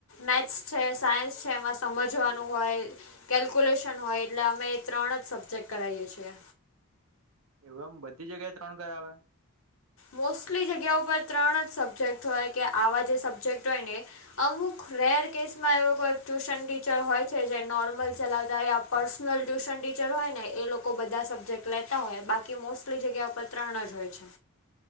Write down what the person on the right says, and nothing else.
એવું એમ બધી જગ્યાએ ત્રણ કરાવે